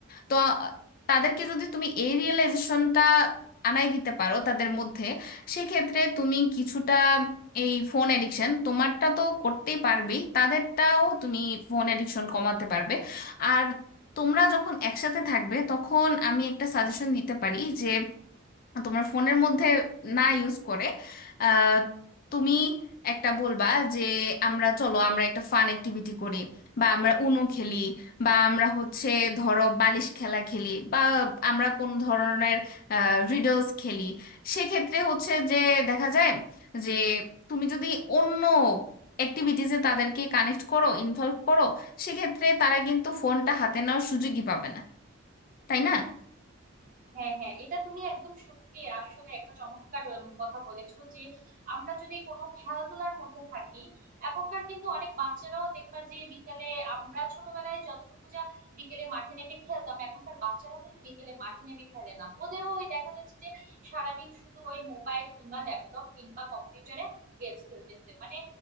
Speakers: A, on the left; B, on the right.
A: তো আ, তাদেরকে যদি তুমি এই রিয়েলাইজেশনটা আনাই দিতে পারো তাদের মধ্যে সেক্ষেত্রে তুমি কিছুটা এই ফোন এডিকশন তোমারটা তো করতেই পারবেই তাদেরটাও তুমি ফোন এডিকশন কমাতে পারবে আর তোমরা যখন একসাথে থাকবে তখন আমি একটা সাজেশন দিতে পারি যে তোমার ফোনের মধ্যে না ইউজ করে আহ, তুমি একটা বলবা যে আমরা চলো আমরা একটা ফান অ্যাক্টিভিটি করি বা আমরা উনো খেলি বা আমরা হচ্ছে ধরো বালিশ খেলা খেলি বা আমরা কোন ধরনের রিডলস খেলি সেক্ষেত্রে হচ্ছে যে দেখা যায় যে তুমি যদি অন্য অ্যাক্টিভিটিসে তাদেরকে কানেক্ট করো ইনভলভ করো সেক্ষেত্রে তারা কিন্তু ফোনটা হাতে নেওয়ার সুযোগই পাবে না তাই না
B: হ্যাঁ হ্যাঁ এটা তুমি একদম সত্যি আসলে একটা চমৎকার উম, কথা বলেছো যে আমরা যদি কোনো খেলাধুলার মধ্যে থাকি এখনকার কিন্তু অনেক বাচ্চারাও দেখবা যে বিকেলে আমরা ছোটবেলায় যতটুকু যা বিকেলে মাঠে নেমে খেলতাম এখনকার বাচ্চারাও কিন্তু বিকেলে মাঠে নেমে খেলে না ওদেরও ওই দেখা যাচ্ছে যে সারাদিন শুধু ওই মোবাইল কিংবা ল্যাপটপ কিংবা কম্পিউটারে গেমস খেলতেছে মানে